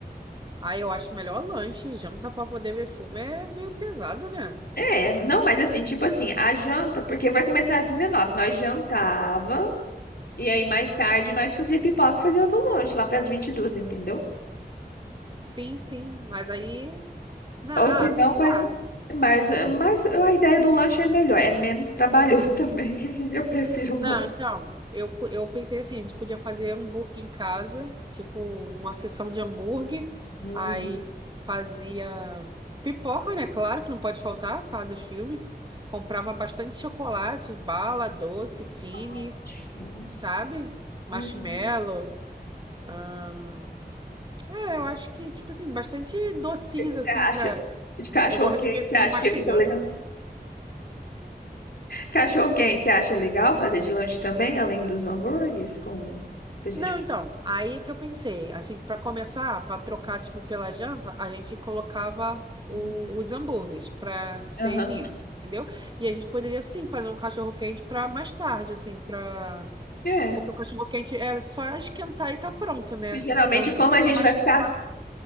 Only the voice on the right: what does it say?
Ah, eu acho melhor lanche. Janta pra poder ver filme é meio pesado, né?
Sim, sim. Mas aí. na-
ah,
sei
lá.
Não,
então, eu, pu- eu pensei assim: a gente podia fazer hambúrguer em casa, tipo, uma sessão de hambúrguer.
Aí fazia pipoca, né? Claro que não pode faltar por causa dos filmes. Comprava bastante chocolate, bala, doce, fine,
sabe? Marshmallow.
Ah, é, eu acho que, tipo assim, bastante docinhos
assim
pra.
Eu gosto
de ver
filme
mastigando.
Não, então, aí que eu pensei, assim, para começar, para trocar, tipo, pela janta, a gente colocava o-
os hambúrgueres para ser
início, entendeu? E a gente poderia, sim, fazer um cachorro-quente para mais tarde, assim, para...
Porque o cachorro-quente é só esquentar e tá pronto, né?
O hambúrguer
é mais
trabalho.